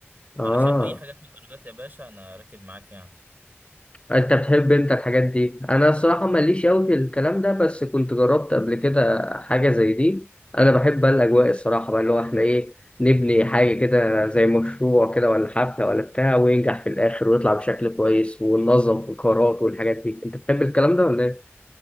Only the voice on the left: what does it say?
اه
انت بتحب انت الحاجات دي انا الصراحه ماليش قوي في الكلام ده بس كنت جربت قبل كده حاجه زي دي انا بحب بقى الاجواء الصراحه بقى اللي هو احنا ايه نبني حاجه كده زي مشروع كده ولا حفله ولا بتاع وينجح في الاخر ويطلع بشكل كويس وننظم في القرارات والحاجات دي انت بتحب الكلام ده ولا ايه